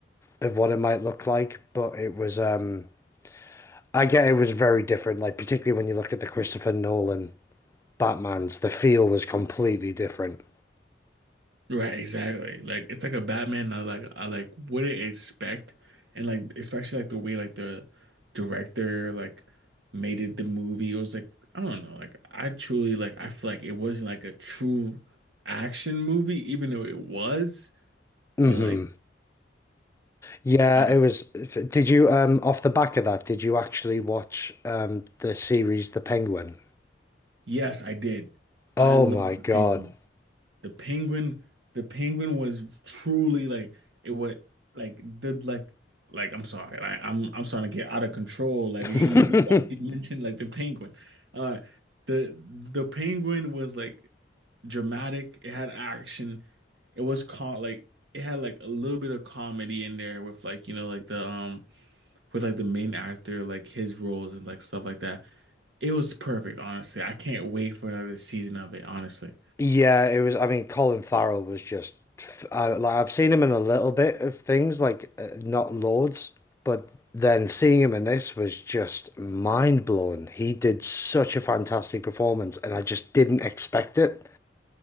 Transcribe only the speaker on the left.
of what it might look like. But it was um, I get it was very different, like particularly when you look at the Christopher Nolan. Batman's. The feel was completely different.
hmm
Yeah,
it was. Did you um off the back of that? Did you actually watch um the series The Penguin?
Oh
my
God.
<laughs>
Yeah, it was. I mean, Colin Farrell was just f- uh, like I've seen him in a little bit of things, like uh, not loads, but then seeing him in this was just mind blowing. He did such a fantastic performance, and I just didn't expect it.